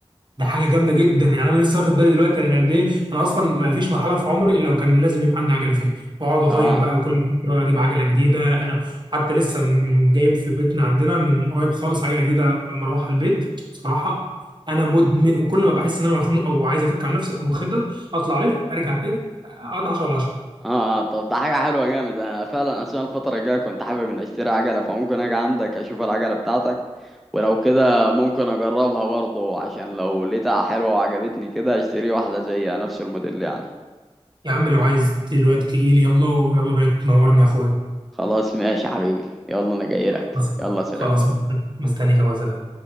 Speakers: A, on the right; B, in the centre.
A: ده حاجه جامده جدا يعني انا لسه واخد بالي دلوقتي انا قد ايه انا اصلا ما فيش مرحله في عمري الا وكان لازم يبقى عندي عجله فيها واقعد اغير
B: اه
A: بقى وكل فتره اجيب عجله جديده انا حتى لسه م- جايب في بيتنا عندنا من قريب خالص عجله جديده مروحه البيت بصراحه انا مدمن وكل ما بحس ان انا مخنوق او عايز افك عن نفسي اقوم واخدها اطلع الف ارجع تاني اقطع 10 على 10
B: اه آه، طب ده حاجة حلوة جامد انا فعلا اثناء الفترة الجاية كنت حابب ان اشتري عجلة فممكن اجي عندك اشوف العجلة بتاعتك ولو كده ممكن اجربها برضه عشان لو لقيتها حلوة وعجبتني كده اشتري واحدة زيها نفس الموديل يعني
A: يا عم لو عايز دلوقتي تجي لي يلا يلا بينا تنورني يا اخويا
B: خلاص ماشي يا حبيبي يلا انا جاي لك
A: خلاص
B: يلا سلام
A: خلاص مستنيك يا وزلاء